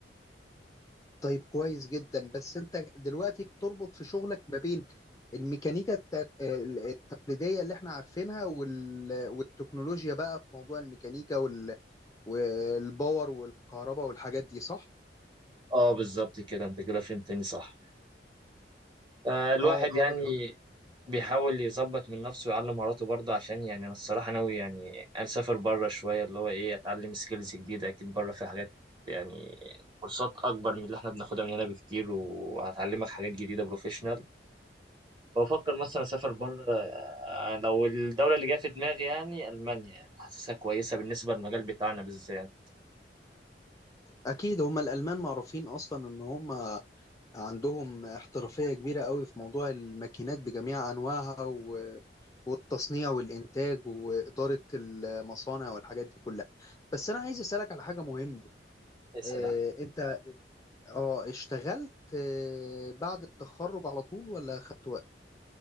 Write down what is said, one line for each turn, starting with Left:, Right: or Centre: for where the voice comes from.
Left: طيب كويس جدا بس انت دلوقتي بتربط في شغلك ما بين الميكانيكا الت- ال- التقليديه اللي احنا عارفينها وال... والتكنولوجيا بقى في موضوع الميكانيكا وال... والباور والكهرباء والحاجات دي صح
Right: أه بالظبط كده أنت كده فهمتني صح فالواحد
Left: اه طب
Right: يعني
Left: الحمد لله
Right: بيحاول يظبط من نفسه ويعلم مهاراته برضه عشان يعني انا الصراحه ناوي يعني اسافر بره شويه اللي هو ايه اتعلم سكيلز جديده اكيد بره في حاجات يعني كورسات اكبر من اللي احنا بناخدها من هنا بكتير وهتعلمك حاجات جديده بروفيشنال بفكر مثلا اسافر بره آه، لو الدوله اللي جايه في دماغي يعني المانيا يعني حاسسها كويسه بالنسبه للمجال بتاعنا بالذات
Left: اكيد هم الالمان معروفين اصلا ان هم عندهم احترافية كبيرة قوي في موضوع الماكينات بجميع أنواعها و- والتصنيع والإنتاج وإدارة المصانع والحاجات دي كلها بس أنا عايز أسألك على حاجة مهمة
Right: اسال
Left: آه، أنت أه اشتغلت آه، بعد التخرج على طول ولا خدت وقت؟